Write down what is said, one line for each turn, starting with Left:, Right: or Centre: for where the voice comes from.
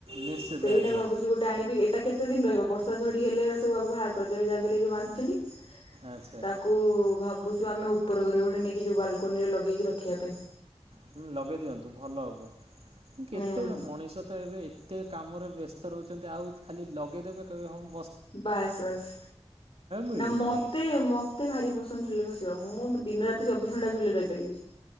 Right: ନିଶ୍ଚିତ
Left: ସେଇଟା
Right: ଆଜ୍ଞା
Left: ଭାବୁଛି ଗୋଟେ ଆଣିବି ଏଇଟା କେତେ ଦିନ ରହିବ ବର୍ଷା ଝଡି ହେଲେ ଏଡା ସବୁ ବାବା ବାହାର। <unintelligible> ଛନ୍ତି।
Right: ଆଚ୍ଛା
Left: ତାକୁଉଉ ଭାବୁ ଭାବୁଛୁ ଆମେ ଉପର ଘରେ ଗୋଟେ ନେଇକି ଯୋଉ ବାଲକୋନିରେ ଲଗେଇକି ରଖିବା ପାଇଁ।
Right: ହୁଁ ଲଗେଇ ଦିଅନ୍ତୁ ଭଲ ହେବ। କେତେବେଳେ
Left: ହୁଁ
Right: ମଣିଷ ତ ଏବେ ଏତେ କାମରେ ବ୍ୟସ୍ତ ରହୁଛନ୍ତି ଆଉ ଖାଲି ଲଗେଇଦେବେ କହିବେ ହଁଉ।
Left: ବାସ୍ ବାସ୍,
Right: ମିଳିବ
Left: ନା ମତେ
Right: ନାହିଁ।
Left: ମତେ ଭାରି ପସ୍ ଝୁଲାରେ ବସିବା ମୁଁ ଦିନ ରାତି ଚବିଶ ଘଣ୍ଟା ଝୁଲିରେ ରହିପାରିବି।